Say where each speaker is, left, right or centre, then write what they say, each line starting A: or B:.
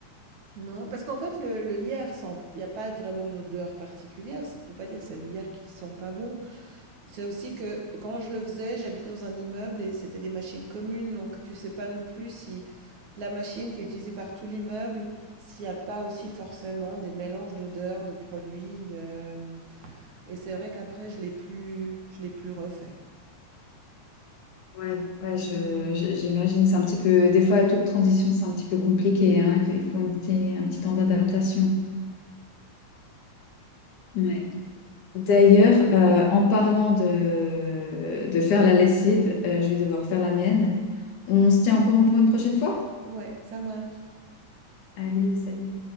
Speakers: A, on the right; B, on the left.
A: non, parce qu'en fait le, le lierre sent, il n'y a pas vraiment une odeur particulière, ça peut pas dire que c'est le lierre qui sent pas bon, C'est aussi que quand je le faisais, j'habitais dans un immeuble et c'était des machines communes, donc tu sais pas non plus si la machine qui est utilisée par tout l'immeuble, s'il n'y a pas aussi forcément des mélanges d'odeurs, de produits, de... Et c'est vrai qu'après, je l'ai plus, je l'ai plus refait.
B: Ouais. Ouais, je, je- j'imagine, c'est un petit peu, des fois, toute transition, c'est un petit peu compliqué, hein. Il faut un petit, un petit temps d'adaptation. Ouais. D'ailleurs, euh, en parlant de, de faire la lessive, euh, je vais devoir faire la mienne. On se tient au courant pour une prochaine fois?
A: Ouais, ça marche.
B: Allez, salut.